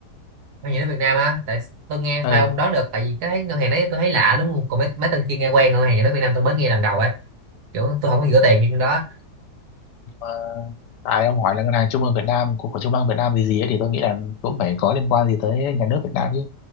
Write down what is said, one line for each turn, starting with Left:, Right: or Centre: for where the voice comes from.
Right: ngân nhà nước Việt Nam á tại tôi nghe
Left: ờ
Right: sao không đoán được tại vì cái ngân hàng đấy tôi thấy lạ đúng không còn mấy, mấy tên kia nghe quen ngân hàng nhà nước Việt Nam tôi mới nghe lần đầu ấy kiểu tôi không có gửi tiền như trong đó
Left: mà tại ông hỏi là ngân hàng trung ương Việt Nam của, của trung ương Việt Nam gì gì ấy, thì tôi nghĩ là cũng phải có liên quan gì tới nhà nước Việt Nam chứ